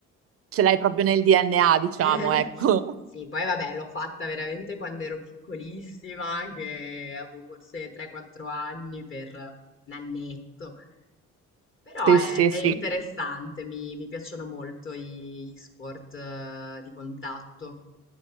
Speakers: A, on the right; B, on the left.
A: ce l'hai proprio nel DNA, diciamo,
B: <laughs>
A: ecco.
B: Sì, poi vabbè, l'ho fatta veramente quando ero piccolissima, che avevo forse 3-4 anni per un annetto.
A: <laughs>
B: Però
A: Sì,
B: è,
A: sì,
B: è
A: sì.
B: interessante, mi, mi piacciono molto i- gli sport eh, di contatto.